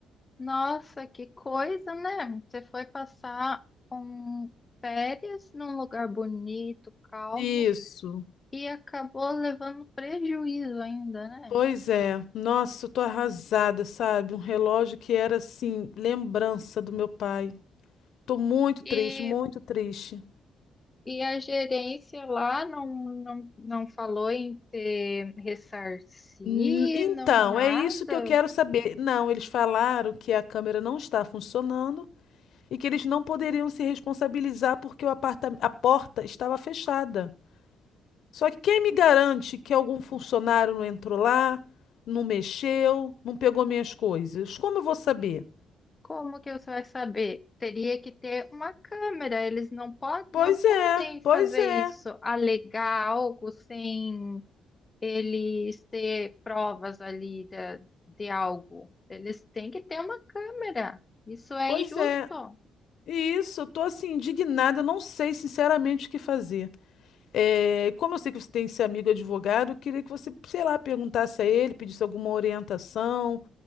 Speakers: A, on the left; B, on the left.
A: nossa, que coisa, né? Você foi passar um férias num lugar bonito, calmo,
B: Isso.
A: e acabou levando prejuízo ainda, né?
B: Pois é. Nossa, eu tô arrasada, sabe? Um relógio que era, assim, lembrança do meu pai. Tô muito
A: E
B: triste, muito triste.
A: E a gerência lá não, não, não falou em ter ressarcir,
B: N- Então,
A: não nada.
B: é isso que eu quero saber. Não, eles falaram que a câmera não está funcionando e que eles não poderiam se responsabilizar porque o aparta a porta estava fechada. Só que quem me garante que algum funcionário não entrou lá, não mexeu, não pegou minhas coisas? Como eu vou saber?
A: Como que você vai saber? Teria que ter uma câmera. Eles não, po
B: Pois
A: não podem
B: é, pois
A: fazer
B: é,
A: isso, alegar algo sem eles ter provas ali de, de algo. Eles têm que ter uma câmera. Isso é
B: pois
A: injusto.
B: é. E Isso, eu tô assim indignada, eu não sei sinceramente o que fazer. É, como eu sei que você tem esse amigo advogado, eu queria que você, sei lá, perguntasse a ele, pedisse alguma orientação,